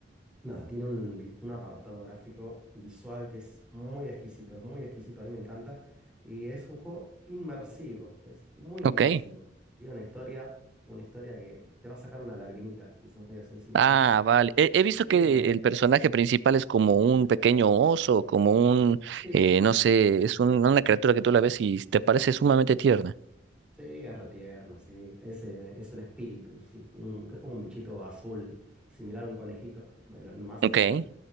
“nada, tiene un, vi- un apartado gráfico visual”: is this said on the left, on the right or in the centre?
Centre